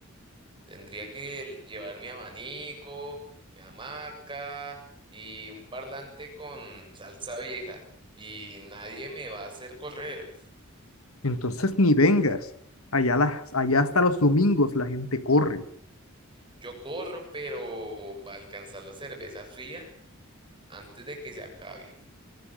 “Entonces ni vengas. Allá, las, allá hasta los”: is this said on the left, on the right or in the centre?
Left